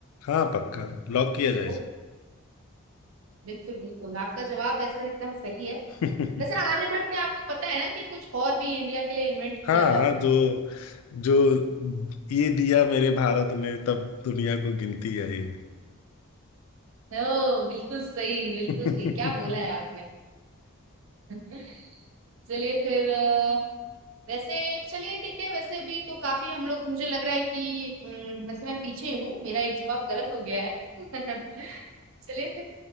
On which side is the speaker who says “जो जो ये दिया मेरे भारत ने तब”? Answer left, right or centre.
Left